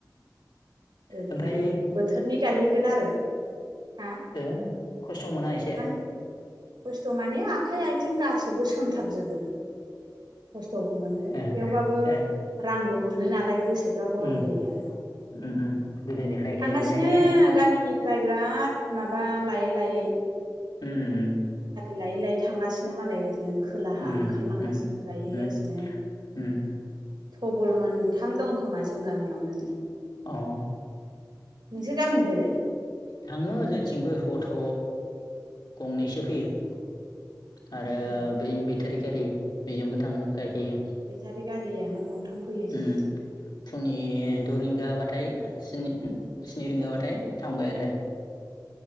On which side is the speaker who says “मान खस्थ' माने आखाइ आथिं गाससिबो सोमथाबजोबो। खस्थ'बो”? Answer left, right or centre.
Right